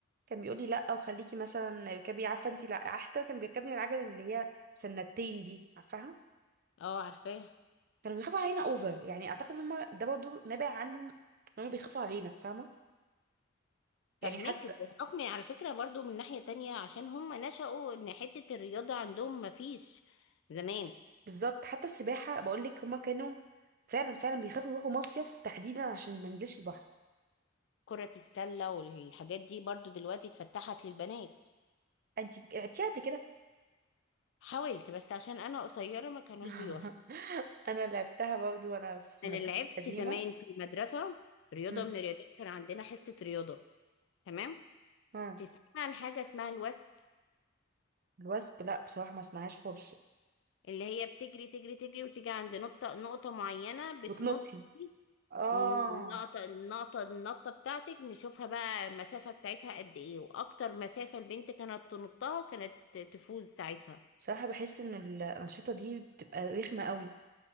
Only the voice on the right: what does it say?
كان بيقول لي لا وخليكي مثلا اركبي عارفه انت لا حتى كان بيركبني العجل اللي هي سنتين دي عارفاها
كانوا بيخافوا علينا اوفر يعني اعتقد هم ده برضه نابع عنهم ان هم بيخافوا علينا فاهمه يعني
حتى
بالظبط حتى السباحه بقول لك هما كانوا فعلا فعلا بيخافوا يروحوا مصيف تحديدا عشان ما ينزلش البحر
انت لعبتيها قبل كده
<laughs>
انا لعبتها برضو وانا في
مدرستي
القديمه
مم.
اه
الوثب لا بصراحه ما اسمعهاش خالص
وتنطي اه
بصراحه بحس ان الانشطه دي بتبقى رخمه قوي